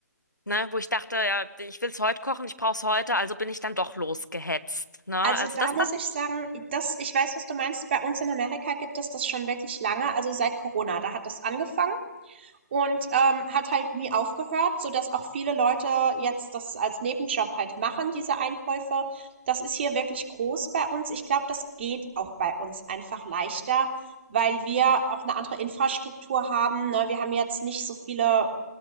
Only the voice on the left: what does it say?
Ne, wo ich dachte, ja, ich will es heute kochen, ich brauche es heute, also bin ich dann doch losgehetzt. Ne?
Also
das,
das,